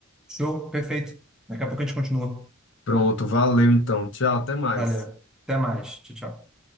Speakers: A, in the centre; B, on the left.
A: Show, perfeito. Daqui a pouco a gente continua.
B: Pronto, valeu então. Tchau, até mais.
A: Valeu. Até mais. Tchau, tchau.